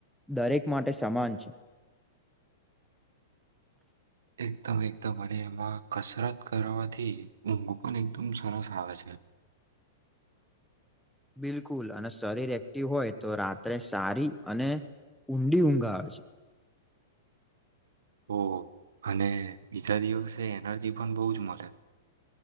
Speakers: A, in the centre; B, on the right (about 85°).
A: દરેક માટે સમાન છે.
B: એકદમ એકદમ અને એમાં કસરત કરવાથી ઊંઘ પણ એકદમ સરસ આવે છે.
A: <inaudible> બિલકુલ અને શરીર એક્ટિવ હોય તો રાત્રે સારી અને ઊંડી ઊંઘા આવે છે.
B: ઓ અને બીજા દિવસે એનર્જી પણ બહુ જ મળે,